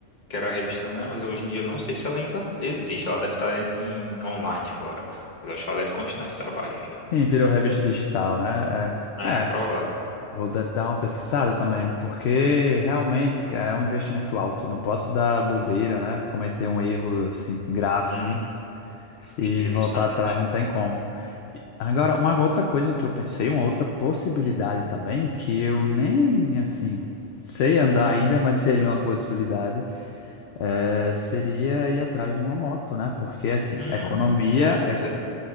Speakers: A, on the left (about 40°); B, on the left (about 65°).
A: que era a revista, né? Mas hoje em dia eu não sei se ela ainda existe. Ela deve estar em online agora. Mas acho que ela deve continuar esse trabalho ainda.
B: Sim, virou revista digital, né?
A: É,
B: É, é,
A: provável.
B: vou dar dar uma pesquisada também, porque realmente cara, é um investimento alto. Não posso dar bobeira, né? Cometer um erro assim grave
A: Uhum.
B: e
A: Justo- Justamente.
B: voltar atrás, não tem como. E Agora, uma outra coisa que eu pensei, uma outra possibilidade também, que eu nem assim sei andar ainda, mas seria uma possibilidade é, seria ir atrás de uma moto, né? Porque, assim,
A: Hum,
B: economia,
A: é verdade.
B: eco-